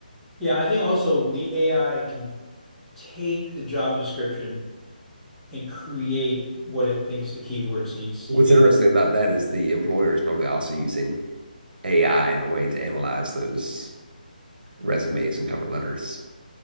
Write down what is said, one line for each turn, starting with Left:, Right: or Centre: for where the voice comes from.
Centre: Yeah, I think also the AI can take the job description and create what it thinks the keywords needs
Right: What's
Centre: to be.
Right: interesting about that is the employer is probably also using AI in a way to analyze those resumes and cover letters.